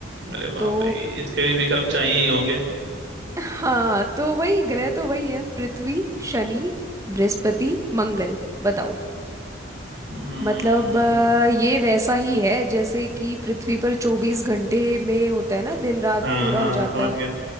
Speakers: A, on the right; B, on the right.
A: अरे बाप
B: तो
A: रे इसके भी विकल्प चाहिए ही होंगे
B: हाँ तो वही ग्रह तो वही है पृथ्वी शनि बृहस्पति मंगल बताओ
A: हम्म,
B: मतलब अ, ये वैसा ही है जैसे कि पृथ्वी पर चौबीस घंटे में होता है ना दिन रात
A: हाँ
B: पूरा
A: हाँ
B: हो
A: मैं
B: जाता
A: समझ
B: है
A: गया